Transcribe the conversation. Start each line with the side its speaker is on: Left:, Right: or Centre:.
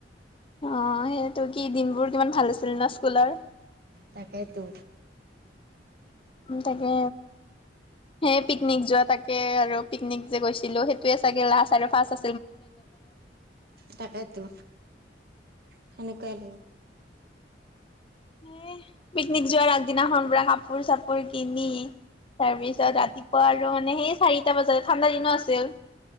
Left: অ সেইটো কি দিনবোৰ কিমান ভাল আছিল না স্কুলৰ
Right: তাকেইেতো
Left: উম তাকে হেই পিকনিক যোৱা তাকে আৰু পিকনিক যে গৈছিলো সেইটোয়ে চাগে লাষ্ট আৰু ফাৰ্ষ আ
Right: তাকেতো সেনেকুৱাই লাগে
Left: এ পিকনিক যোৱাৰ আগদিনাখন বুৰা কাপ কাপোৰ চাপোৰ কিনি তাৰপিছত ৰাতিপুৱা আৰু মানে সেই। চাৰিটা বজতে ঠাণ্ডা দিনো আছিল।